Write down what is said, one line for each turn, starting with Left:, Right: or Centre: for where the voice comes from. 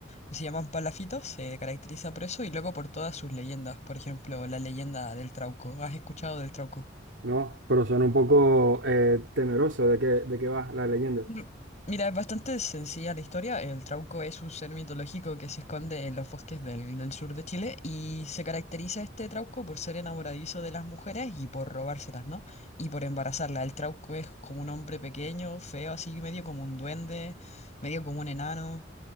Left: y se llaman palafitos, se caracteriza por eso, y luego por todas sus leyendas, por ejemplo, la leyenda del Trauco. ¿Has escuchado del Trauco?
Right: No, pero suena un poco eh, temeroso de qué, de qué va la leyenda.
Left: Mm, Mira, es bastante sencilla la historia. El Trauco es un ser mitológico que se esconde en los bosques del, del sur de Chile y se caracteriza este Trauco por ser enamoradizo de las mujeres y por robárselas, ¿no? Y por embarazarlas. El Trauco es como un hombre pequeño, feo, así medio como un duende, medio como un enano